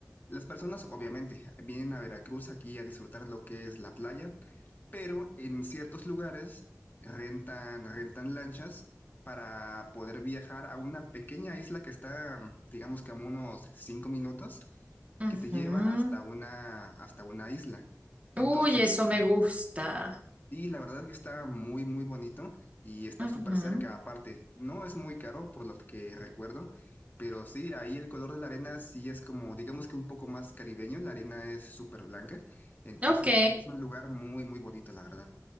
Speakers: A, on the left (about 35°); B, on the right (about 25°).
A: las personas obviamente vienen a Veracruz aquí a disfrutar lo que es la playa pero en ciertos lugares rentan, rentan lanchas para poder viajar a una pequeña isla que está, digamos que a unos cinco minutos,
B: Ujú.
A: que te lleva hasta una, hasta una isla. Entonces,
B: Uy, eso me gusta.
A: sí, la verdad que está muy, muy bonito y está
B: Ujú,
A: súper cerca aparte. No es muy caro, por lo que recuerdo, pero sí, ahí el color de la arena sí es como, digamos que un poco más caribeño, la arena es súper blanca, entonces
B: Ok.
A: es es un lugar muy, muy bonito, la verdad.